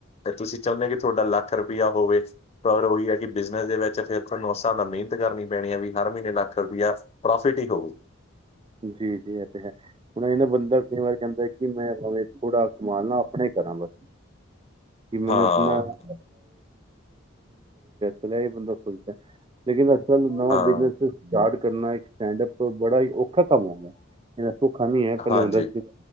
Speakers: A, on the left (about 30°); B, on the right (about 25°).
A: ਤੁਸੀਂ ਚਾਹੁੰਦੇ ਕਿ ਤੁਹਾਡਾ ਲੱਖ ਰੁਪਇਆ ਹੋਵੇ, ਪਰ ਉਹੀ ਐ ਕਿ ਬਿਜਨਸ ਦੇ ਵਿੱਚ ਫੇਰ ਤੁਹਾਨੂੰ ਹਿਸਾਬ ਨਾਲ ਮਿਹਨਤ ਕਰਨੀ ਪੈਣੀ ਐ ਵੀ ਹਰ ਮਹੀਨੇ ਲੱਖ ਰੁਪਇਆ ਪ੍ਰੋਫਿਟ ਹੀ ਹੋਵੇ
B: ਜੀ-ਜੀ ਇਹ ਤੇ ਹੈ। ਹੁਣ ਇਹਦਾ ਬੰਦਾ ਕਈ ਵਾਰ ਕਹਿੰਦਾ ਕਿ ਮੈਂ ਭਾਵੇ ਥੋੜ੍ਹਾ ਸੰਭਾਲ ਲਵਾ ਆਪਣੇ ਹੀ ਕਰਾਂ ਬਸ, ਕਿ ਮੈਨੂੰ
A: ਹਾਂ
B: ਆਪਣਾ <unintelligible> ਹੁਣ ਐ ਬੰਦਾ ਸੋਚਦਾ ਲੇਕਿਨ ਇਕ ਤਰਾ ਦਾ ਨਵਾਂ
A: ਹਾਂ
B: ਬਿਜਨ ਸਟਾਰਟ ਕਰਨਾ ਇੱਕ ਸਟੈਂਡਪ, ਬੜਾ ਹੀ ਔਖਾ ਕੰਮ ਹੋ ਗਿਆ, ਇਹਨਾ ਸੌਖਾ ਨੀ ਐ ਪਹਿਲੇ
A: ਹਾਂਜੀ,
B: ਹੁਣ ਦੱਸ